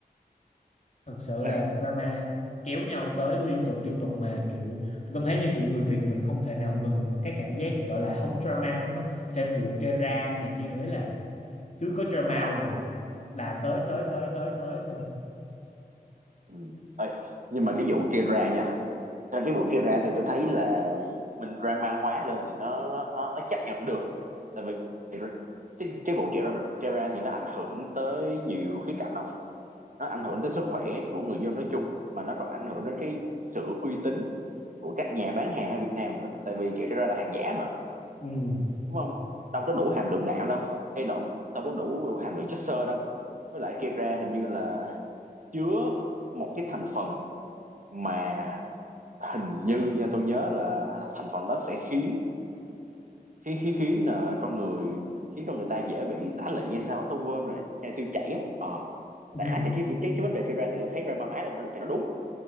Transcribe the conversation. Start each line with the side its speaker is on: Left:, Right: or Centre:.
Left: Thật sự
Right: Ê,
Left: là drama kéo nhau tới liên tục liên tục mà kiểu tôi cảm thấy như kiểu người Việt mình không thể nào ngừng cái cảm giác gọi là hóng drama luôn á. Thêm vụ Kera này kia nữa ấy là cứ có drama
Right: ờ
Left: là
Right: đúng.
Left: là tới tới tới tới tới thôi
Right: Ừ. Ê, nhưng mà cái vụ kia ra nha. Trong cái vụ kia ra thì tôi thấy là mình drama hóa lên thì nó nó nó, nó chấp nhận được tại vì cái, cái vụ trẻ ra trẻ ra thì nó ảnh hưởng tới nhiều khía cạnh không nó ảnh hưởng tới sức khỏe của người dân nói chung mà nó còn ảnh hưởng đến cái sự uy tín của các nhà bán hàng ở Việt Nam nữa tại vì trẻ ra là hàng giả mà
Left: ừ.
Right: đúng không đâu có đủ hàm lượng đạm đâu hay động đâu có đủ, đủ hàm lượng chất xơ đâu với lại trẻ ra hình như là chứa một cái thành phần mà hình như nha tôi nhớ là thành phần đó sẽ khiến khí khí khiến là con người khiến cho người ta dễ bị tả lị hay sao á tôi quên rồi hay tiêu chảy á ờ
Left: Ừ.
Right: đại khái thì cái, cái cái vấn đề kia ra thì tôi thấy drama hóa là nó- thì nó đúng